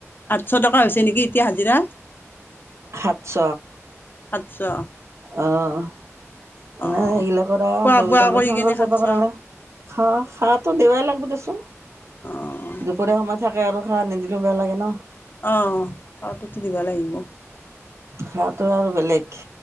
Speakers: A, on the left; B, on the right.
A: আছ ছ টকা হৈছে নেকি এতিয়া হাজিৰা
B: হাত চ
A: সাতশ
B: আহ
A: অ
B: এনে সেইগিলাকৰ
A: খোৱা বোৱা
B: জংঘল
A: কৰি
B: চংঘল
A: কিনে
B: যাব
A: সাতশ
B: কাৰণে খা খাৰো দেৱাই লাগব দেচোন
A: অ অ
B: দুপৰীয়া সময় থাকে আৰু সাৰ নিদ বেয়া লাগে ন
A: আহ সটো উঠ দিব লাগিব
B: হাঁহটোআৰু বেলেগ